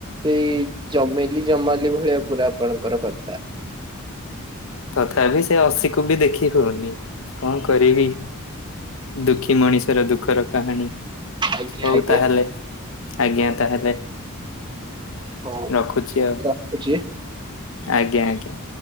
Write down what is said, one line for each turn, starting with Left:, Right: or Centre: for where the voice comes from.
Right: ଏଇ ଜମେଲି ଜମାଲି ଭଳିଆ ପୁରା ଆପଣଙ୍କର କଥା।
Left: ତଥାପି ସେ ଅଶିକୁ ବି ଦେଖି ହଉନି କଁ କରିବି। ଦୁଃଖୀ ମଣିଷର ଦୁଃଖର କାହାଣୀ।
Right: ଆଜ୍ଞା
Left: ହଉ
Right: ଆଜ୍ଞା
Left: ତାହେଲେ ଆଜ୍ଞା ତାହେଲେ
Right: ହଁ
Left: ରଖୁଛି ଆଉ
Right: ରଖୁଛି
Left: ଆଜ୍ଞା ଆଜ୍ଞା।